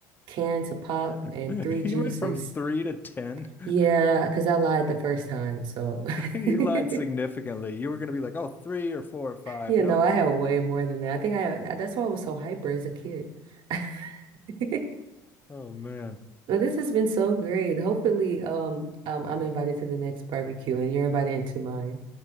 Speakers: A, on the right; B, on the left.
A: cans of pop
B: <laughs>
A: and three juices.
B: You went from three to 10. <laughs>
A: Yeah, because I lied the first time. So,
B: You
A: <laughs>
B: lied significantly. You were going to be like, oh, three or four or five.
A: you
B: Nope.
A: know, I had
B: <laughs>
A: way more than that. I think I had, that's why I was so hyper as a kid. <laughs>
B: Oh, man.
A: Well, this has been so great. Hopefully, um, um, I'm invited to the next barbecue and you're invited into mine.